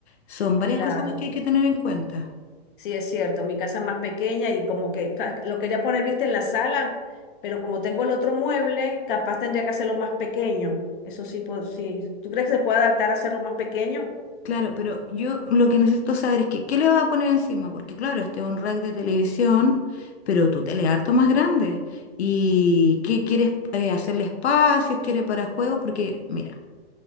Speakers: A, on the left; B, on the left.
A: son varias
B: Claro.
A: cosas las que hay que tener en cuenta.
B: Sí, es cierto, mi casa es más pequeña y como que ca- lo quería poner, viste, en la sala, pero como tengo el otro mueble, capaz tendría que hacerlo más pequeño. Eso sí, pues, sí. ¿Tú crees que se puede adaptar a hacerlo más pequeño?
A: Claro, pero yo lo que necesito saber es que ¿qué le vas a poner encima? Porque claro, este es un rack de televisión, pero tu tele es harto más grande. ¿Y qué quieres eh, hacerle espacios? ¿Quieres para juegos? Porque mira.